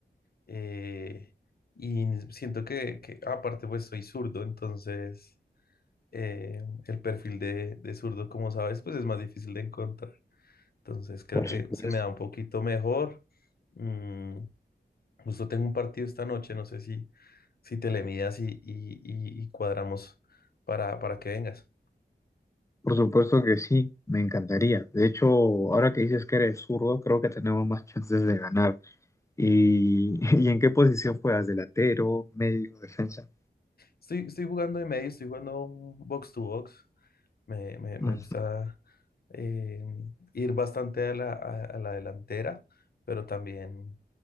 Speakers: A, on the left (about 60°); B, on the left (about 15°).
A: eh, y siento que, que aparte pues soy zurdo, entonces eh, el perfil de, de zurdo, como sabes, pues es más difícil de encontrar. Entonces creo
B: Por
A: que
B: supuesto.
A: se me da un poquito mejor. Mm, justo tengo un partido esta noche, no sé si, si te le midas y, y, y- y cuadramos para, para que vengas.
B: Por supuesto que sí, me encantaría. De hecho, ahora que dices que eres zurdo, creo que tenemos más chances de ganar. ¿Y, <laughs> ¿y en qué posición juegas? ¿Delantero, medio, defensa?
A: Estoy, estoy jugando de medio, estoy jugando un box to box. Me, me- me
B: Mm.
A: gusta eh, ir bastante a la, a- a la delantera, pero también